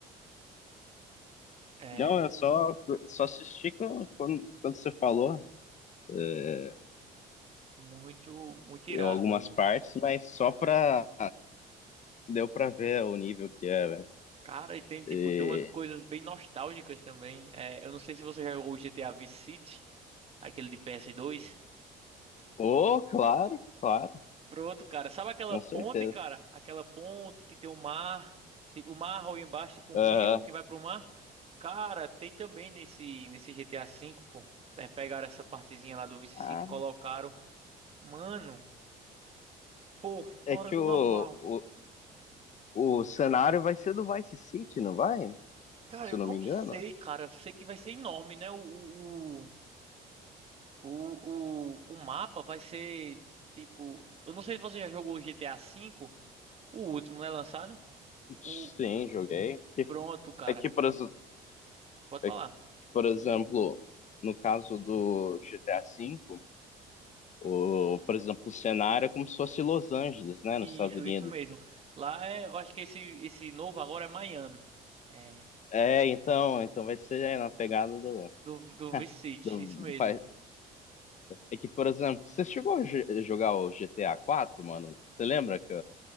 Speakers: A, on the right; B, on the left.
A: É.
B: Não, eu só, só assisti quando, quando quando você falou é,
A: Muito, muito
B: eu-
A: irado,
B: algumas
A: velho.
B: partes, mas só pra. Deu pra ver o nível que é, velho.
A: Cara, e tem, tipo,
B: E-
A: tem umas coisas bem nostálgicas também. É, eu não sei se você já jogou o GTA Vice City, aquele de PS2.
B: Oh, claro, claro,
A: Pronto, cara. Sabe aquela
B: com
A: ponte,
B: certeza.
A: cara? Aquela ponte que tem o mar, tipo, o mar ou embaixo, tipo um
B: Aham.
A: rio que vai pro mar. Cara, tem também nesse, nesse GTA V, pô. É, pegaram essa partezinha lá do Vice
B: Ah,
A: City, e colocaram. Mano, pô, fora
B: é que
A: do
B: o,
A: normal.
B: o, o cenário vai ser do Vice City, não vai?
A: Cara,
B: Se
A: eu
B: eu não
A: não
B: me engano.
A: sei, cara. Eu sei que vai ser enorme, né? o, o- O, o, o mapa vai ser tipo. Eu não sei se você já jogou o GTA V, o último, né? Lançado. O,
B: Sim, joguei.
A: pronto, cara.
B: É que, por, ex-
A: Pode falar.
B: é que, por exemplo, no caso do GTA V. O, por exemplo, o cenário é como se fosse Los Angeles, né,
A: E
B: nos Estados
A: Isso,
B: Unidos.
A: isso mesmo. Lá é. Eu acho que esse, esse novo agora é Miami. É.
B: É, então, então vai ser na pegada do,
A: Do, do Vice City,
B: do-
A: isso mesmo.
B: vai- É que, por exemplo, você chegou a jo- jogar o GTA 4, mano? Você lembra que,